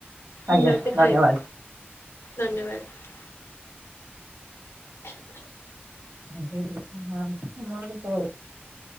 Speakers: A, on the right; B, on the left.
A: ଆଜ୍ଞା
B: ମୁଁ ଯାଉଚି
A: ଧନ୍ୟବାଦ।
B: ଖାଇବି ଧନ୍ୟବାଦ।
A: <unintelligible>